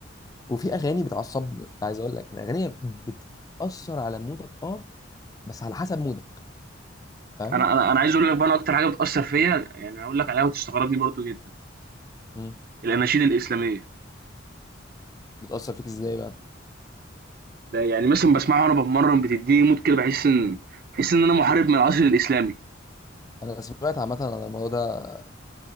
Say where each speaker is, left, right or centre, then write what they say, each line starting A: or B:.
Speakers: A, on the left; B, on the right.
A: وفي اغاني بتعصبني عايز اقول لك الاغاني بتاثر على مودك اه بس على حسب مودك فاهم
B: انا انا انا عايز اقول لك بقى انا اكتر حاجه بتاثر فيا يعني هقول لك عليها وتستغربني برضو جدا
A: مم.
B: الاناشيد الاسلاميه
A: بتاثر فيك ازاي بقى
B: ده يعني مثلا بسمعها وانا بتمرن بتديني مود كده بحس ان بحس ان انا محارب من العصر الاسلامي
A: انا سمعت عامه عن الموضوع ده